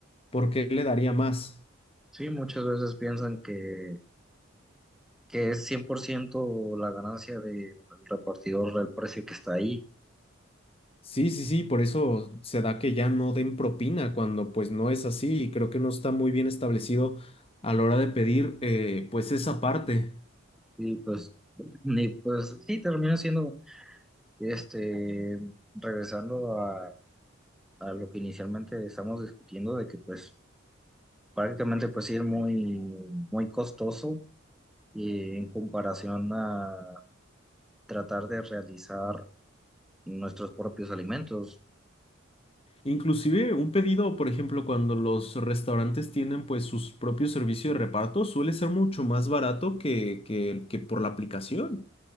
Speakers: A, on the left; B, in the centre.
A: por qué le daría más?
B: Sí, muchas veces piensan que, que es 100% la ganancia del repartidor del precio que está ahí.
A: Sí, sí, sí, por eso se da que ya no den propina cuando pues no es así y creo que no está muy bien establecido a la hora de pedir eh, pues esa parte.
B: Y pues, y pues sí, termina siendo, este, regresando a, a lo que inicialmente estamos discutiendo, de que pues prácticamente pues sí es muy, muy costoso eh, en comparación a tratar de realizar nuestros propios alimentos.
A: Inclusive un pedido, por ejemplo, cuando los restaurantes tienen pues sus propios servicios de reparto, suele ser mucho más barato que, que, que por la aplicación.